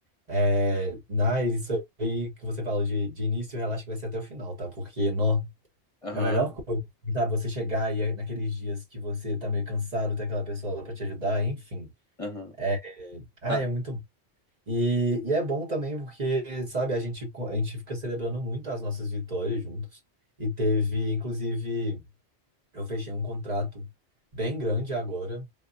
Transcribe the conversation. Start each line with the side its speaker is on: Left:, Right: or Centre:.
Right: é, na, isso aí que você fala de, de início, relaxa que vai ser até o final, tá? Porque, nó,
Left: Aham,
Right: é a melhor coisa, tá? Você chegar e é naqueles dias que você tá meio cansado, tem aquela pessoa lá pra te ajudar, enfim.
Left: aham.
Right: É, ah,
Left: Tá.
Right: é muito bom. E, e é bom também porque, sabe, a gente, co- a gente fica celebrando muito as nossas vitórias juntos. E teve, inclusive. Eu fechei um contrato bem grande agora.